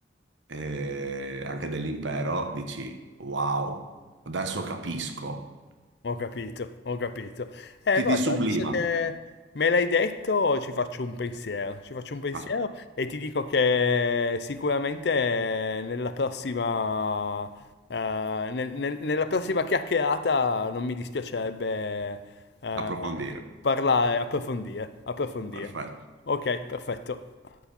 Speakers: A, on the right; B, on the left.
A: eh, anche dell'impero, dici wow, adesso capisco.
B: Ho capito, ho capito. Eh,
A: Ti,
B: guarda,
A: ti sublima
B: adesso che me l'hai detto, ci faccio un pensiero. Ci faccio un pensiero
A: a
B: e ti dico che sicuramente nella prossima, eh, nel- nel- nella prossima chiacchierata non mi dispiacerebbe, eh,
A: approfondire.
B: parlare, approfondire, approfondire.
A: Perfetto.
B: Ok, perfetto.